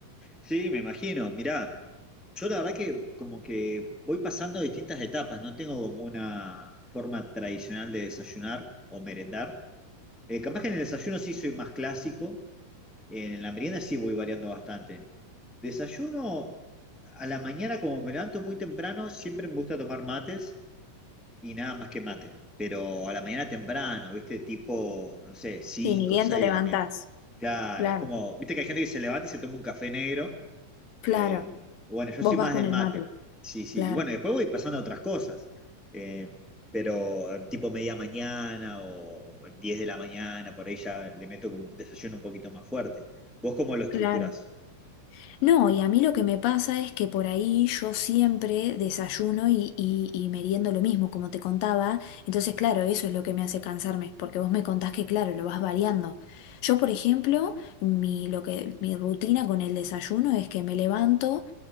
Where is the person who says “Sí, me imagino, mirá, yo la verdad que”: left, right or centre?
Centre